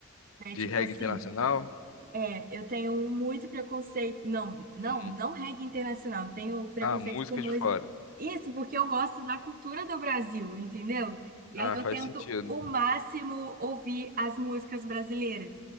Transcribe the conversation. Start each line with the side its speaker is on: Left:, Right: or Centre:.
Right: né?
Left: De
Right: Tipo
Left: reggae
Right: assim,
Left: internacional?
Right: é, eu tenho muito preconceito. Não, não,
Left: Uhum.
Right: não reggae internacional. Eu tenho preconceito
Left: Ah, música
Right: com música.
Left: de fora.
Right: Isso porque eu gosto da cultura do Brasil, entendeu? E
Left: Ah,
Right: aí eu
Left: faz
Right: tento
Left: sentido.
Right: o máximo ouvir as músicas brasileiras,